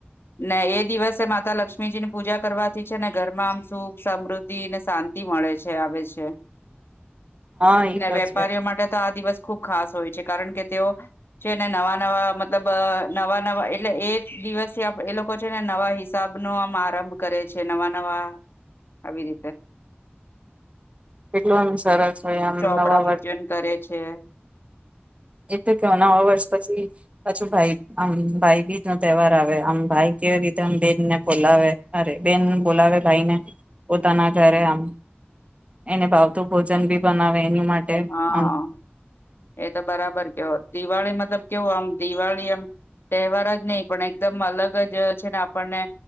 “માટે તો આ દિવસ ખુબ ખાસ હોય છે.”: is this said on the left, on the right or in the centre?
Left